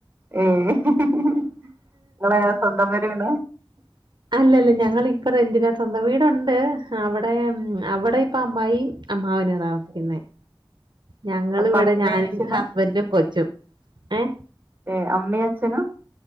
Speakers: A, on the right; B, on the right.
A: ഏഹ് ങ്ങളെ ങ്ങളെ സ്വന്തം പേരെണ്
B: <inaudible> അല്ലല്ല ഞങ്ങളിപ്പ റെന്റിനാ സ്വന്തം വീടുണ്ട് അവിടെ അവിടെ ഇപ്പ അമ്മായി അമ്മാവിനോ താമസിക്കുന്നെ ഞങ്ങള്
A: അപ്പൊ
B: വ്ടെ
A: അമ്മേം
B: ഞാനും
A: അച്ഛനും
B: ഹസ്ബൻറും കൊച്ചും ഏഹ്
A: ഏഹ് അമ്മി അച്ഛനും